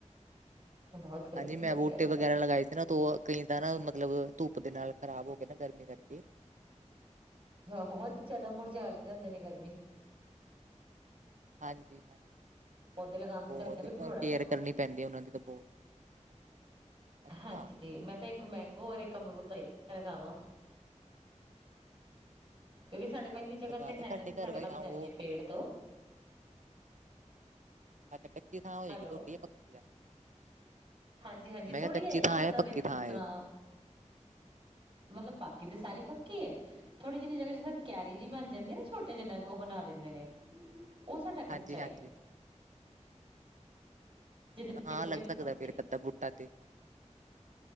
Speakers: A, on the right; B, on the right.
A: ਬਹੁਤ ਗਰਮੀ
B: ਹਾਂਜੀ, ਮੈਂ
A: ਹੋ ਰਹੀ
B: ਬੂਟੇ
A: ਹੈ ਅੱਜ ਕੱਲ੍ਹ
B: ਵਗੈਰਾ ਲਗਾਏ ਸੀ ਨਾ ਤੂੰ ਕਈ ਤਾਂ ਨਾ ਮਤਲਬ ਧੁੱਪ ਦੇ ਨਾਲ ਖ਼ਰਾਬ ਹੋ ਕੇ ਨਾ ਗਰਮੀ ਕਰਕੇ।
A: ਹਾਂ, ਬਹੁਤ ਅੱਛਾ ਤਾਂ, ਮੁੜਜਾ ਜਾਂਦੇ ਨੇ ਗਰਮੀ
B: ਹਾਂਜੀ।
A: ਪੌਦੇ ਲਗਾਣ
B: ਬਹੁਤ
A: ਦਾ ਮੈਨੂੰ ਵੀ ਬੜਾ
B: ਕੇਅਰ
A: ਸ਼ੌਕ
B: ਕਰਨੀ
A: ਸੀ।
B: ਪੈਂਦੀ ਉਹਨਾਂ ਦੀ ਤਾਂ ਬਹੁਤ ਅੱਛਾ
A: ਹਾਂਜੀ, ਮੈਂ ਤਾਂ ਇੱਕ ਮੈਂਗੋ ਔਰ ਇੱਕ ਅਮਰੂਦ <unintelligible> ਦਿਲ ਕਰਦਾ ਮੈਂ ਵੀ ਲਗਾਵਾਂ ਕਿਉਂਕਿ ਸਾਡੇ ਕੋਲ ਇੰਨੀ ਜਗ੍ਹਾ
B: ਤੁਹਾਡੇ
A: ਤੇ ਹੈ ਨਾ, ਕਿ ਸਾਡੇ
B: ਘਰ ਵਾਲੀ
A: ਲੱਗ
B: ਉਹ
A: ਜਾਣਗੇ ਪੇੜ ਤੋਂ
B: <unintelligible> ਥਾਂ ਹੋਏਗੀ
A: ਹੈਲੋ
B: ਤੁਹਾਡੀ ਪਕੀ
A: ਹਾਂਜੀ, ਹਾਂਜੀ, ਥੋੜ੍ਹੀ
B: ਕਿਹਾ ਕੱਚੀ
A: ਹੈਗੀ
B: ਥਾਂ
A: ਆ, ਮਤਲਬ
B: ਹੈ ਪੱਕੀ
A: ਇੱਕ
B: ਥਾਂ
A: ਜਿਸ ਤਰ੍ਹਾਂ,
B: ਹੈ
A: ਮਤਲਬ ਕਿਦੇ ਸਾਰੀ ਪੱਕੀ ਹੈ। ਥੋੜੀ ਜਿਹੀ ਜਿਨੀ ਜਗਾ ਜਿੱਥ ਕਿਯਾਰੀ ਜਿਹੀ ਬਣ ਜਾਂਦੀ ਆ ਨਾ, ਛੋਟੇ ਜੇਨਾ ਉਹ ਬਣਾ ਦੇਂਦੇ ਨੇ। ਉਹ ਸਾਡਾ
B: ਹਾਂਜੀ
A: ਕੱਚਾ ਏ।
B: ਹਾਂਜੀ
A: ਜਿਹਦੇ
B: ਹਾਂ
A: ਦੋ
B: ਲੱਗ
A: ਤਿੰਨ
B: ਸਕਦਾ ਫਿਰ ਅੱਧਾ ਬੂਟਾ ਤੇ